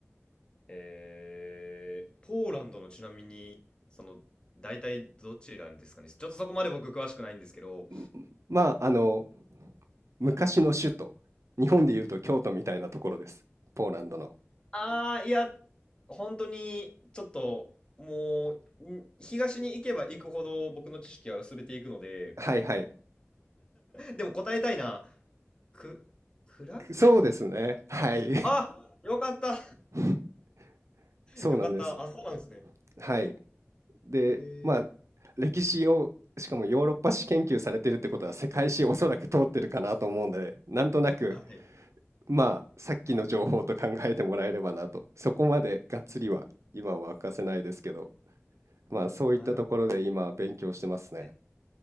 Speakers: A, on the left; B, on the right.
A: えー、ポーランドのちなみに、その、大体どちらですかね。ちょっとそこまで僕詳しくないんですけど。
B: んまあ、あの、昔の首都、日本でいうと京都みたいなところです。ポーランドの。
A: あー、いや、本当に、ちょっと、もう、ん東に行けば行くほど僕の知識は薄れていくので、
B: はいはい。
A: でも答えたいな。く、クラクフと。
B: そうですね。はい。
A: あ、よかった。
B: <laughs> そうなんです。
A: よかった。あ、そうなんですね。
B: はい。で、
A: へー
B: まあ、歴史を、しかもヨーロッパ史研究されてるってことは世界史おそらく通ってるかなと思うんで、なんとなく
A: はい
B: まあさっきの情報と考えてもらえればなとそこまでがっつりは今は明かせないですけどまあそういったところで今勉強してますね
A: なるほどはい。